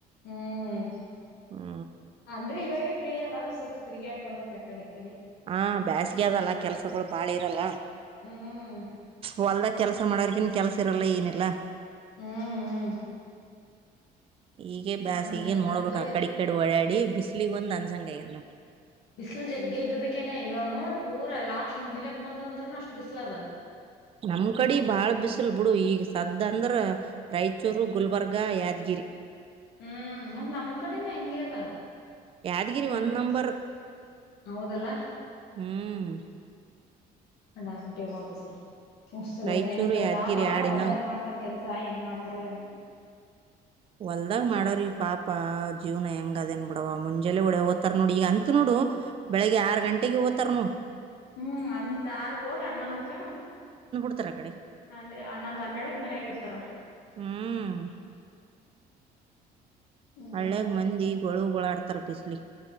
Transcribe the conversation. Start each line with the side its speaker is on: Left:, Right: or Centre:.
Left: ಹ್ಮ್
Right: ಹ್ಮ
Left: ಅಂದ್ರೆ ಇವಾಗೆ ಫ್ರೀ ಅದ ಒಂದು ಸ್ವಲ್ಪ ತಿರ್ಗಾಡ್ ಬರ್ಬೇಕ್ ಆ ಕಡೆ ಈ ಕಡೆ
Right: ಹ ಬೇಸ್ಗೆ ಅದೆಲ್ಲ ಕೆಲಸಗಳು ಬಾಳ್ ಇರಲ್ಲ.
Left: ಹ್ಮ್
Right: ಹೊಲ್ದಾಗ ಕೆಲಸ ಮಾಡರ್ಕಿನ್ ಕೆಲಸ ಇರಲ್ಲ ಏನಿಲ್ಲ.
Left: ಹ್ಮ್ ಹ್ಮ
Right: ಈಗೆ ಬ್ಯಾಸ್
Left: ಹಂಗೆ
Right: ಈಗೇನ್ ನೋಡ್ಬೇಕ್
Left: ಅದಕ್ಕೆ
Right: ಆಕ್ಕಡಿ ಈ ಕಡಿ ಒಡ್ಯಾಡಿ ಬಿಸ್ಲಿಗ್ ಒಂದ್ ಅನ್ಸಂಗಯನು.
Left: ಬಿಸಿಲು ಜಗ್ಗೆ ಇದ್ದದಕ್ಕೇನೆ ಇವ ನೋಡ್ ಪೂರಾ ಲಾಸ್ಟ್ ಮುಗಿಲಕ್ ಬಂದ ಅದಂದ್ರನು ಅಷ್ಟು ಬಿಸ್ಲದ್
Right: ನಮ್ ಕಡಿ ಬಾಳ ಬಿಸಿಲ್ ಬುಡು ಈಗ ಸದ್ದ್ ಅಂದ್ರೆ ರಾಯಚೂರು ಗುಲ್ಬರ್ಗ ಯಾದಗಿರಿ
Left: ಹ್ಮ್ ಮತ್ ನಮ್ ಕಡೆನೂ ಹೆಂಗೆ ಅದ
Right: ಯಾದಗಿರಿ
Left: ನಮ್ದು
Right: ಒಂದ್ ನಂಬರ್
Left: ಬಿಸ್ ಹೌದಲ್ಲ.
Right: ಹ್ಮ್
Left: ಕಡಬಿಟ್ಟಿ ಬಿಸಿಲೂ ಉಸ್ರ್ದ
Right: ರಾಯಚೂರು
Left: ಇಥರದ
Right: ಯಾದಗಿರಿ
Left: ಆಗ
Right: ಯಾಡ್
Left: ಹೊಲ್ದಾಗ
Right: ಇನ್ನ
Left: ಮಾಡ್ತ್ ತ್ತಾರ್ ಕೆಲಸ ಹೆಂಗ್ ಮಾಡ್ತಾರೊ ಏನೋ.
Right: ಹೊಲ್ದಾಗ್ ಮಾಡವ ಈ ಪಾಪ ಜೀವನ ಹೆಂಗ್ ಅದೇನ್ ಬಿಡವ ಮುಂಜೆಲ್ಲೆ ಒಳ ಹೊತಾರ ನೋಡು ಈಗ ಅಂತೂ ನೋಡು ಬೆಳಿಗ್ಗೆ ಆರು ಗಂಟೆಗೆ ಹೊತಾರ್ ನೋಡ್
Left: ಹ್ಮ್ ಅಂತ ಆರುಕ್ಕೆ ಹೋಗಿ ಹನ್ನೊಂದಕ್ಕ.
Right: ತ್ತತ್ರ ಆಕಡೆ
Left: ಅಂದ್ರೆ ಹನೊಂದು ಹನ್ನೆರಡಕ್ ಮನೆಗಾ ಇರುತ್ತಾರಾ.
Right: ಹ್ಮ್ ಹಳ್ಳ್ಯಾಗ್
Left: ಹಂಗೆ ಮತ್ತೆ
Right: ಮಂದಿ ಗೂಳು ಗೋಳಯಾಡ್ತಾರ ಬಿಸಿಲಿಗೆ